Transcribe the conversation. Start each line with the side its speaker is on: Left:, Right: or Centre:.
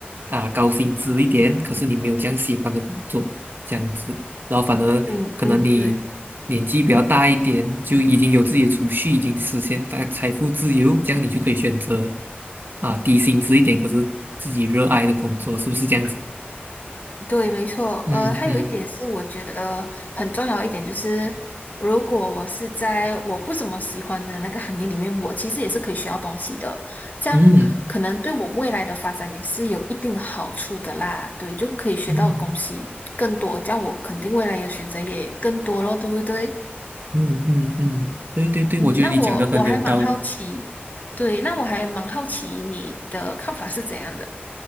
Right: 啊、高薪资一点，可是你没有这样喜欢的工作，这样子，然后反而可能你年纪比较大一点，
Left: 嗯嗯，对。
Right: 就已经有自己的储蓄，已经实现大财富自由，这样你就可以选择啊、低薪资一点，可是自己热爱的工作，是不是这样子？
Left: 对，没错。
Right: 嗯嗯
Left: 呃，还有一点是，我觉得很重要一点就是，如果我是在我不怎么喜欢的那个行业里面，我其实也是可以学到东西的。这样可能对我未来的发展也是有一定的好处的啦。
Right: 嗯
Left: 对，就可以学到的东西更多，
Right: 嗯
Left: 这样我肯定未来的选择也更多咯，对不对？
Right: 嗯嗯嗯，对对对，
Left: 嗯，
Right: 我觉得你讲的很有道理。
Left: 那我我还蛮好奇，对，那我还蛮好奇你的看法是怎样的？